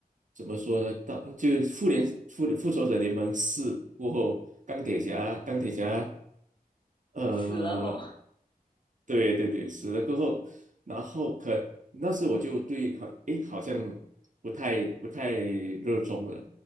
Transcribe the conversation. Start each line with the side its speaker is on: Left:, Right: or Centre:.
Right: 怎么说呢？到就是复联复复仇者联盟四过后，钢铁侠钢铁侠，
Left: <laughs>
Right: 呃，
Left: 死了后。
Right: 对对对，死了过后，然后可那时我就对好，诶，好像不太不太热衷了。